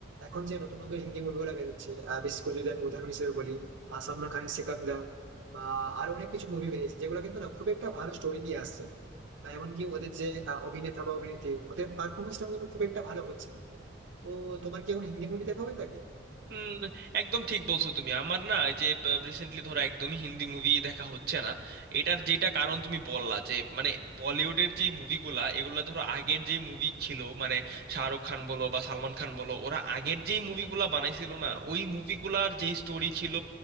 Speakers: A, on the right (about 85°); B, on the right (about 55°).
A: এখন যে নতুন নতুন হিন্দি মুভিগুলো বেরোচ্ছে আহ, বিশেষ করে যদি আমি উদাহরণ হিসেবে বলি আহ, সালমান খানের সিকান্দার বা আরো অনেক কিছু মুভি বেরিয়েছে যেগুলো কিন্তু না খুব একটা ভালো স্টোরি নিয়ে আসছে বা এমনকি ওদের যে আহ, অভিনেতা বা অভিনেত্রী ওদের পারফরমেন্সটা কিন্তু খুব একটা ভালো হচ্ছে না তো তোমার কি এখন হিন্দি মুভি দেখা হয়ে থাকে
B: হুম একদম ঠিক বলছো তুমি আমার না এই যে রিসেন্টলি ধরো একদমই হিন্দি মুভি দেখা হচ্ছে না এটার যেটা কারণ তুমি বললা যে মানে বলিউডের যে মুভিগুলা এগুলা ধরো আগের যে মুভি ছিল মানে শাহরুখ খান বলো বা সালমান খান বলো ওরা আগের যেই মুভিগুলা বানাইছিল না ওই মুভিগুলার যেই স্টোরি ছিল